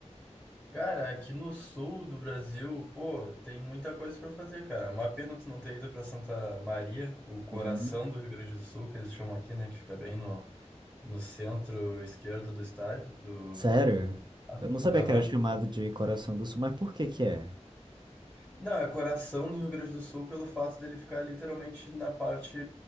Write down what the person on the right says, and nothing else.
Uhum.
Sério?
Eu não sabia
que era chamado de Coração do Sul, mas por que que é?